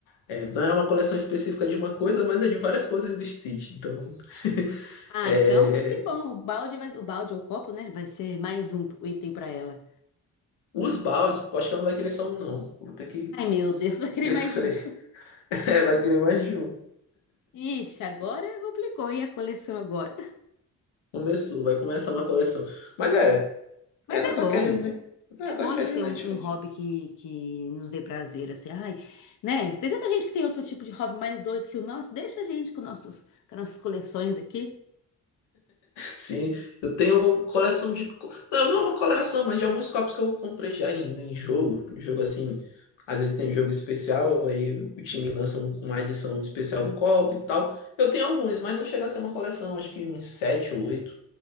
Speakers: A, on the left; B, on the left.
A: é, não é uma coleção específica de uma coisa, mas é de várias coisas do Stitch. Então,
B: Ah,
A: é,
B: então que bom. O balde vai, o balde ou o copo, né? Vai ser mais um item pra ela.
A: os baldes, porque eu acho que ela não vai querer só um, não. Vou ter que
B: Ai, meu Deus, <laughs> vai querer
A: ver
B: mais
A: se
B: de um.
A: <laughs> vai querer mais de um.
B: Ixi, agora complicou. E a coleção agora?
A: Começou, vai começar uma coleção. Mas é,
B: Mas
A: ela
B: é
A: tá
B: bom.
A: querendo, né? Ela
B: É bom
A: tá querendo,
B: a gente ter um,
A: a gente,
B: um
A: a
B: hobby
A: gente-
B: que, que nos dê prazer, assim. Ai, né? Tem tanta gente que tem outro tipo de hobby mais doido que o nosso. Deixa a gente com nossos, com as nossas coleções aqui.
A: Sim, eu tenho uma coleção de. co- Não, não é uma coleção, mas de alguns copos que eu comprei já em, em jogo. Em Jogo assim. Às vezes tem um jogo especial, aí o time lança um- uma edição especial do copo e tal. Eu tenho alguns, mas não chega a ser uma coleção, acho que uns sete ou oito,